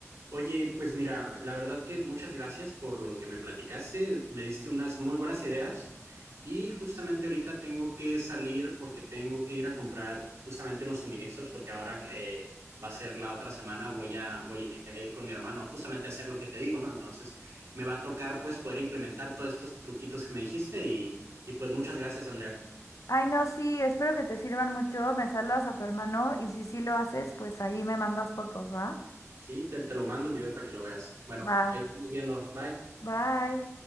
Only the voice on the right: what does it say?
oye, pues mira, la verdad que muchas gracias por lo que me platicaste, me diste unas muy buenas ideas y justamente ahorita tengo que salir porque tengo que ir a comprar justamente unos suministros porque ahora que va a ser la otra semana voy a, voy a ir con mi hermano justamente a hacer lo que te digo, ¿no? Entonces me va a tocar pues poder implementar todos estos truquitos que me dijiste y, y pues muchas gracias, Andrea.
Sí, te, te lo mando el video para que lo veas. Bueno,
ahí estamos viendo. Bye.